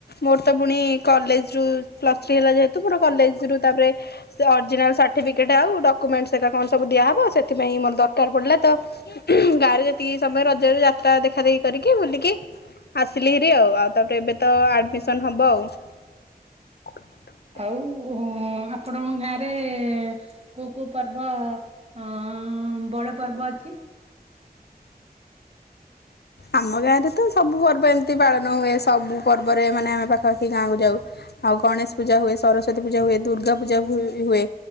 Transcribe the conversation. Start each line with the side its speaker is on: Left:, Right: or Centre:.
Left: ମୋର ତ ପୁଣି କଲେଜ ଯୋଉ ପ୍ଲସଥ୍ରି ହେଲା ଯେହେତୁ ମୋର କଲେଜ ରୁ ତାପରେ ଓରଗଜିନାଲ ସାଠିପିକ୍ ଇଟା ଆଉ ଡକ୍ୟୁମେଣ୍ଟସ୍ ଏରା କଣ ସବୁ ଦିଆହବ ସେଥିପାଏ ପାଇଁ ମୋର ଦରକାର୍ ପଡ଼ିଲା ତ ଗାଁରେ ଯେତିକି ସମୟ ରଜରୁ ଯାତ୍ରା ଦେଖା ଦେେଖି କରିକି ବୁଲିକି ଆସିଲି ହେରି ଆଉ ଆଉ ତାପରେ ଏବେ ତ ଆଡମିସନ ହବ ଆଉ। <unintelligible>
Right: ଆଉ ଆପଣଙ୍କ ଗାଁରେ କୋଉ କୋଉ ପର୍ବ ହଁ ବଡ ପର୍ବ ଅଛି।
Left: ଆମ ଗାଁ ରେ ତ ସବୁ ପର୍ବ ଏମିତି ପାଳ ହୁଏ ସବୁ ପର୍ବରେ ମାନେ ଆମେ ପାଖାପାଖି ଗାଁକୁାଉ ଆଉ ଗଣେଶ ପୂଜା ହୁଏ ସରସ୍ୱତୀ ପୂଜା ହୁଏ ଦୁର୍ଗା ପୂଜା ହୁଏ